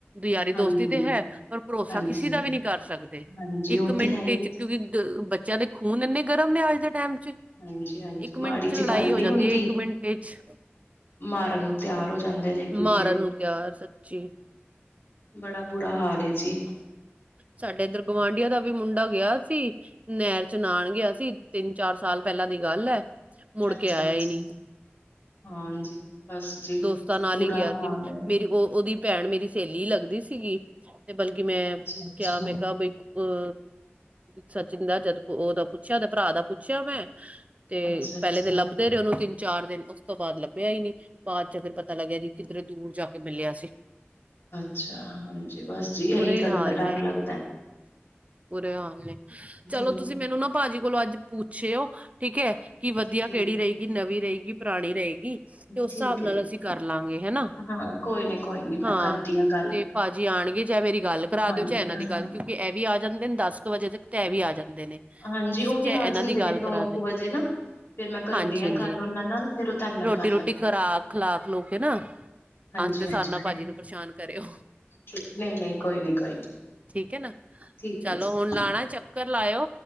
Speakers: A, on the right; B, on the left.
A: ਯਾਰੀ, ਦੋਸਤੀ,
B: ਹਾਂਜੀ
A: ਤੇ ਹੈ ਪਰ ਭਰੋਸਾ,
B: ਹਾਂਜੀ
A: ਕਿਸੇ ਦਾ ਵੀ ਨਹੀਂ ਕਰ ਸਕਦੇ?
B: ਹਾਂਜੀ
A: ਇੱਕ
B: ਉਹ ਤੇ
A: ਮਿੰਟ
B: ਹੈ ਹੀ ਹੈ।
A: ਚ, ਕਿਉਂਕਿ ਬੱਚਿਆਂ ਦੇ ਖੂਨ, ਇੰਨੇ ਗਰਮ ਨੇ ਅੱਜ ਦੇ ਟਾਈਮ ਚ
B: ਹਾਂਜੀ ਹਾਂਜੀ,
A: ਇੱਕ
B: ਮਾੜੀ
A: ਮਿੰਟ ਚ
B: ਜੀ
A: ਲੜਾਈ
B: ਗੱਲ
A: ਹੋ
B: ਨੀ
A: ਜਾਂਦੀ
B: ਹੁੰਦੀ,
A: ਹੈ ਇੱਕ ਮਿੰਟ ਚ
B: ਮਾਰਨ ਨੂੰ ਤਿਆਰ ਹੋ ਜਾਂਦੇ ਨੇ ਇੱਕ ਦੂਜੇ
A: ਮਾਰਨ ਨੂੰ ਤਿਆਰ, ਸੱਚੀ
B: ਬੜਾ, ਬੁਰਾ ਹਾਲ ਏ ਜੀ।
A: ਸਾਡੇ ਏਧਰ, ਗਵਾਡੀਆਂ ਦਾ ਵੀ ਮੁੰਡਾ ਗਿਆ ਸੀ ਨਹਿਰ ਚ ਨਾਹਨ ਗਿਆ ਸੀ, ਤਿੰਨ, ਚਾਰ ਸਾਲ ਪਹਿਲਾਂ ਦੀ ਗੱਲ ਹੈ, ਮੁੜ
B: ਅੱਛਾ-ਅੱਛਾ,
A: ਕੇ ਆਇਆ ਈ ਨਹੀ
B: ਹਾਂਜੀ ਬਸ ਜੀ
A: ਦੋਸਤਾਂ ਨਾਲ
B: ਬੁਰਾ
A: ਹੀ ਗਿਆ
B: ਹਾਲ
A: ਸੀ,
B: ਹੈ।
A: ਮੇਰੀ ਉਹ ਉਹਦੀ ਭੈਣ, ਮੇਰੀ ਸਹੇਲੀ ਲੱਗਦੀ ਸੀਗੀ, ਤੇ ਬਲਕਿ ਮੈਂ
B: ਅੱਛਾ-ਅੱਛਾ,
A: ਕਿਹਾ, ਮੈਂ ਕਿਹਾ ਬਈ ਹੂੰ ਸਚਿਨ, ਦਾ ਜਦ ਉਹਦਾ ਪੁੱਛਿਆ, ੳਦੇ ਭਰਾ ਦਾ ਪੁੱਛਿਆ ਮੈਂ ਤੇ
B: ਅੱਛਾ-ਅੱਛਾ, ਅੱਛਾ
A: ਪਹਿਲੇ ਤਾਂ ਲੱਭਦੇ ਰਹੇ ਉਹਨੂ? ਚਾਰ ਦਿਨ, ਉਸ ਤੋਂ ਬਾਅਦ ਲੱਭਿਆ ਹੀ ਨਹੀਂ, ਬਾਅਦ ਚ ਫਿਰ ਪਤਾ ਲੱਗਿਆ ਕਿ ਕਿੱਧਰੇ ਦੂਰ ਜਾ ਕੇ ਮਿਲਿਆ ਸੀ।
B: ਅੱਛਾ। ਹਾਂਜੀ, ਬਸ ਜੀ ਇਹੀ
A: ਬੁਰੇ
B: ਗੱਲਾਂ
A: ਹਾਲ
B: ਦਾ ਡਰ ਲੱਗਦਾ।
A: ਬੁਰੇ ਹਾਲ ਨੇ। ਚਲੋ,
B: ਹੂੰ
A: ਤੁਸੀਂ ਮੈਨੂੰ ਨਾ ਪਾਜੀ ਕੋਲੋਂ ਅੱਜ ਪੁੱਛਿਓ ਠੀਕ ਹੈ, ਕਿ ਵਧੀਆ
B: ਠੀਕ,
A: ਕਿਹੜੀ ਰਹੇਗੀ ਨਵੀਂ ਰਹੇਗੀ ਪੁਰਾਣੀ ਰਹੇਗੀ ਤੇ ਉਸ
B: ਠੀਕ
A: ਹਿਸਾਬ ਨਾਲ
B: ਹੈ ਜੀ
A: ਅਸੀਂ ਕਰ ਲਾਂਗੇ ਹੈਨਾ।
B: ਹਾਂ ਕੋਈ ਨੀ ਕੋਈ ਨੀ
A: ਹਾਂ
B: ਮੈਂ ਕਰਦੀ ਗੱਲ।
A: ਤੇ ਪਾਜੀ ਆਣਗੇ, ਚਾਹੇ ਮੇਰੀ ਗੱਲ ਕਰਾ
B: ਹਾਂਜੀ
A: ਦਿਓ ਚਾਹੇ ਇਹਨਾਂ ਦੀ ਗੱਲ,
B: ਹਾਂ,
A: ਕਿਉਂਕਿ ਇਹ ਵੀ ਆ ਜਾਂਦੇ ਨੇ ਦਸ ਵਜੇ, ਤੱਕ, ਤਾਂ ਇਹ ਵੀ ਆ ਜਾਂਦੇ ਨੇ। ਦੇਨੇ,
B: ਹਾਂਜੀ
A: ਤੇ ਤੁਸੀਂ
B: ਉਹ ਵੀ
A: ਚਾਹੇ
B: ਆ
A: ਇਹਨਾਂ
B: ਜਾਂਦੇ
A: ਦੀ ਗੱਲ
B: ਨੇ ਨੌ
A: ਕਰਾ ਦੇ
B: ਕੁ ਵਜੇ ਨਾ। ਫੇਰ ਮੈਂ ਕਰਨੀ
A: ਹਾਂਜੀ-
B: ਆ
A: ਹਾਂਜੀ
B: ਗੱਲ ਉਹਨਾਂ ਨਾਲ ਫੇਰ ਉਹ ਤੁਹਾਡੇ ਨਾਲ
A: ਰੋਟੀ
B: ਕਰ
A: ਰੁਟੀ
B: ਲੈਣਗੇ।
A: ਖੁਲਾ ਖੁਲੂ ਕੇ ਨਾ
B: ਹਾਂਜੀ-ਹਾਂਜੀ
A: ਆਉਂਦੇ ਸਾਰ ਨਾ ਪਾਜੀ ਨੂੰ, ਪਰੇਸ਼ਾਨ ਕਰਿਓ।
B: ਠੀਕ ਨਹੀਂ-ਨਹੀਂ ਕੋਈ ਨੀ ਕੋਈ ਨੀ
A: ਠੀਕ ਹੈ ਨਾ।
B: ਠੀਕ
A: ਚਲੋ
B: ਹੈ ਜੀ।
A: ਹੁਣ ਲਾਣਾ ਚੱਕਰ ਲਾਇਓ,